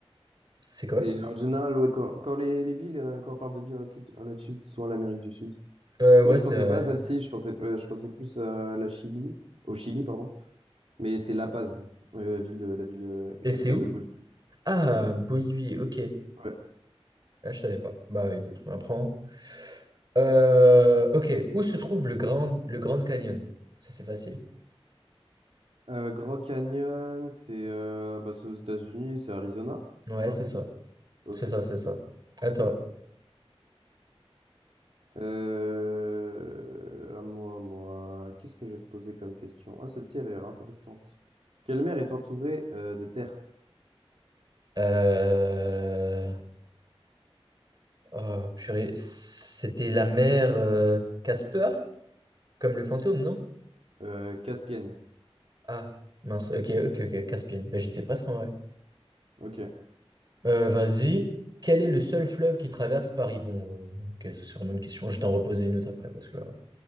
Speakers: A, on the right (about 40°); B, on the right (about 75°).
A: C'est quoi?
B: C'est en général, ouais, quand, quand les, les villes, euh, quand on parle de villes en Atli- en Asie, c'est souvent l'Amérique du Sud.
A: Ouais, ouais,
B: Moi, je
A: c'est
B: pensais
A: vrai.
B: pas à celle-ci, je pensais, pas- je pensais plus euh, à la Chili, au Chili, pardon. Mais c'est La Paz, euh, ville, de- la ville euh,
A: Et
B: capitale
A: c'est où?
B: de Bolivie.
A: Ah, Bolivie, ok.
B: Ouais.
A: Ah, je savais pas. Bah écoute, on apprend. Euh, ok, où se trouve le Grand, le Grand Canyon? Ça, c'est facile.
B: Euh, Grand Canyon, c'est euh, bah, c'est aux États-Unis, c'est Arizona,
A: Ouais,
B: c'est ça?
A: c'est ça.
B: Ok.
A: C'est ça, c'est ça. À toi.
B: Euh, à moi, à moi, qu'est-ce que je vais te poser comme question? Ah, celle-ci, elle a l'air intéressante. Quelle mer est entourée euh, de terre?
A: Euh... Oh, purée. C'était la mère euh, Casper, comme le fantôme, non?
B: Euh, Caspienne.
A: Ah, mince. Ok, ok, ok. Caspienne. Bah, j'étais presque en vrai.
B: Ok.
A: Euh, vas-y. Quel est le seul fleuve qui traverse Paris? Bon, euh, ok, ça, c'est vraiment une question. Je t'en reposer une autre après, parce que là.